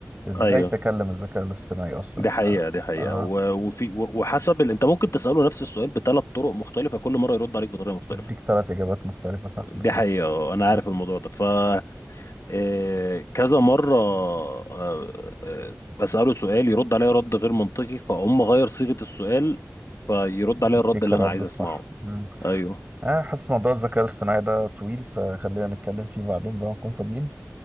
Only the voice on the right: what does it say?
ازاي
تكلم الذكاء الاصطناعي اصلا
ف
آه
بيديك ثلاث اجابات مختلفه صح
بالظبط
مم.
بيديك
الرد
الصح
مم.
آه حاسس موضوع الذكاء الاصطناعي ده طويل فخلينا نتكلم فيه بعدين بقى نكون فاضيين